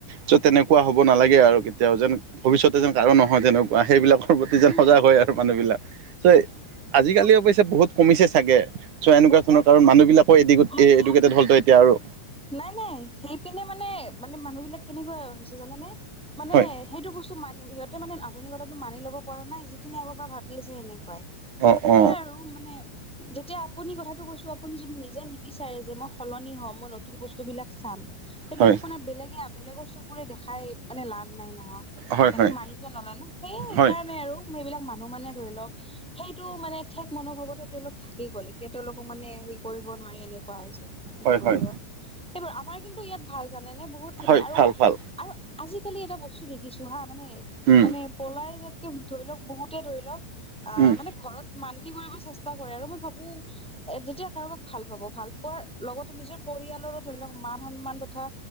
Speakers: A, on the right; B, in the centre.
A: চ' তেনেকুৱা হ'ব নালাগে আৰু কেতিয়াও যেন ভৱিষ্যতে যেন কাৰো নহয় তেনে সেইবিলাকৰ প্ৰতি
B: উম
A: যেন সজাগ হয়
B: সেইটোৱে
A: আৰু মানুহ বিলাক। ত' আজিকালি অৱশ্যে বহুত কমিছে চাগে চ' এনেকুৱা
B: বহুত
A: ধৰণৰ কাৰো মানুহ বিলাকৰ এ
B: মানে
A: এডুকেটেড হল ত এতিয়া আৰু।
B: নাই নাই সেইপিনে মানে মানে মানুহ বিলাক কেনেকুৱা হৈছে জানা নে মানে
A: হয়
B: সেইটো বস্তু মা সিহঁতে মানে আধুনিকতাটো মানি লব পৰা নাই যিখিনি আগৰ পৰা ভাবি আছে সেনেকুৱাই
A: অ
B: সেয়াই
A: অ
B: আৰু। মানে যেতিয়া আপুনি কথাটো কৈছো আপুনি যদি নিজে নিবিচাৰে যে মই সলনি হম মই নতুন বস্তু বিলাক চাম সেইটো
A: হয়
B: আপোনাৰ বেলেগে বেলেগৰ চকুৰে দেখাই মানে লাভ নাই নহয়।
A: হয়
B: বেলেগ
A: হয়
B: মানি ত নলয় ন সেই সেইকাৰণে
A: হয়
B: আৰু মই এইবিলাক মানুহ মানে ধৰি লওক সেইটো মানে ঠেক মনোভাৱতে তেওঁলোক থাকি গল এতিয়া তেওঁলোকো মানে হেৰি কৰিব নোৱাৰি এনেকুৱা হৈছে মানে। কি
A: হয়
B: কৰিব
A: হয়
B: সেইবোৰ আমাৰ কিন্তু ইয়াত ভাল জানে নে বহুত খিনি
A: হয়
B: আৰু
A: ভাল ভাল
B: আৰু আজিকালি এটা বস্তু দেখিছো হা মানে
A: উম
B: মানে পলাই যোৱাতকে ধৰি লওক বহুতে ধৰি লওক আহ
A: উম
B: মানে ঘৰত মান্তি কৰিব চেষ্টা কৰে আৰু মই ভাবো এ যেতিয়া কাৰোবাক ভাল পাব ভাল পোৱাৰ লগতে নিজৰ পৰিয়াল ধৰি লওক মান সন্মান তথা